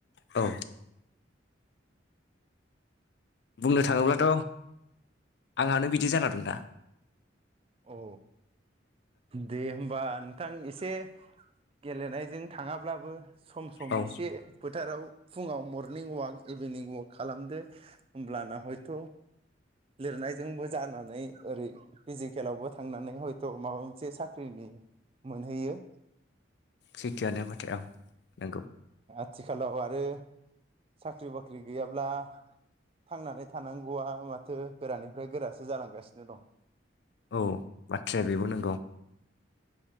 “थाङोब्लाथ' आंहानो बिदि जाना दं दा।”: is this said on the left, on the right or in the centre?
Left